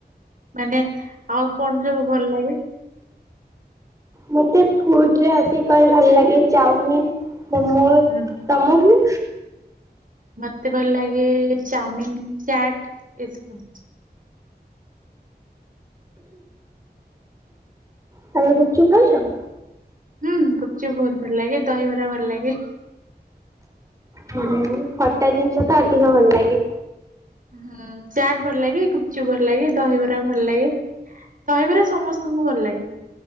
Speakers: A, on the right; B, on the right.
A: ମାନେ ଆଉ କଣ ସବୁ ଭଲ ଲାଗେ?
B: ମତେ ଫୁଡ୍ ରେ ଅଧିକ କରି ଭଲ ଲାଗେ ଚାଉମିନ୍। ତମ
A: ହୁଁ
B: ତମକୁ?
A: ମତେ ଭଲ ଲାଗେ ଚାଉମିନ୍, ଚାଟ ଏସବୁ ଆଉ।
B: ତମେ ଗୁପଚୁପ ଖାଉଛ?
A: ହୁଁ ଗୁପଚୁପ୍ ବହୁତ ଭଲ ଲାଗେ, ଦହିବରା ଭଲ ଲାଗେ।
B: ହୁଁ, ଖଟା ଜିନିଷ ତ ଅଧିକ ଭଲ ଲାଗେ।
A: ହୁଁ ଚାଟ୍ ଭଲ ଲାଗେ, ଗୁପଚୁପ୍ ଭଲ ଲାଗେ, ଦହିବରା ଭଲ ଲାଗେ। ଦହିବରା ସମସ୍ତଙ୍କୁ ଭଲ ଲାଗେ।